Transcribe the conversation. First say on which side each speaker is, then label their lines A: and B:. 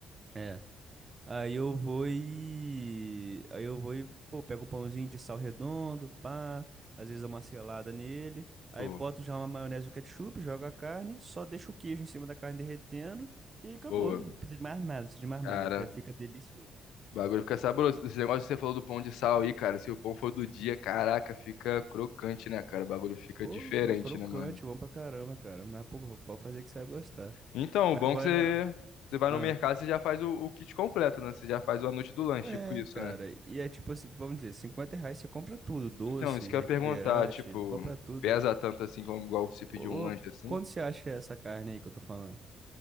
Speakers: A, on the right; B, on the left.
A: É. Aí eu vou e. Aí eu vou e, pô, pego o pãozinho de sal redondo, pá. Às vezes dou uma selada nele. Aí
B: Pô,
A: boto já uma maionese e o ketchup, jogo a carne, só deixo o queijo em cima da carne derretendo e acabou.
B: boa.
A: Não precisa de mais nada, não precisa de mais
B: Cara,
A: nada. Já fica delicioso.
B: o bagulho fica saboroso. Esse negócio que você falou do pão de sal aí, cara, se o pão for do dia, caraca, fica crocante, né, cara? O bagulho fica
A: Pô,
B: diferente,
A: fica crocante,
B: né, mano?
A: bom pra caramba, cara. Mas, pô, pode fazer que você vai gostar.
B: Então,
A: Mas
B: o bom
A: agora.
B: é que você... Você vai
A: ah,
B: no mercado, você já faz o, o kit completo, né? Você já faz o a noite do lanche,
A: É,
B: tipo isso,
A: cara.
B: né?
A: E é tipo, assim, vamos dizer, 50 reais você compra tudo, doce,
B: Então, isso que
A: refrigerante,
B: eu ia perguntar, tipo,
A: compra tudo.
B: pesa tanto assim como igual se pedir
A: Pô,
B: um lanche assim?
A: quanto você acha essa carne aí que eu tô falando?